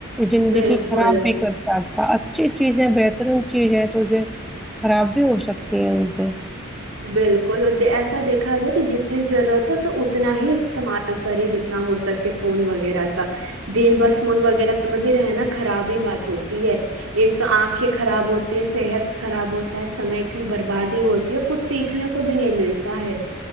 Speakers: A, in the centre; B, on the right.
A: زندگی
B: بالکل
A: خراب بھی کرتاک تھا اچھی چیزیں بت چیز ہے تو خراب بھی ہو سکتا پ ع سے
B: بالکل ایسا دیکھا جائے تو جتنی ضرورت ہو تو اتنا ہی استعمال کرے جتنا ہو سکے فون وغیرہ کا دن بھر فون وغیرہ میں بھی رہنا خراب ہی بات ہوتی ہے ایک تو آنکھیں خراب ہوتی ہے صحت خراب ہوتا ہے سمے کی بربادی ہوتی کچھ سیکھنے کو بھی نہیں ملتا ہے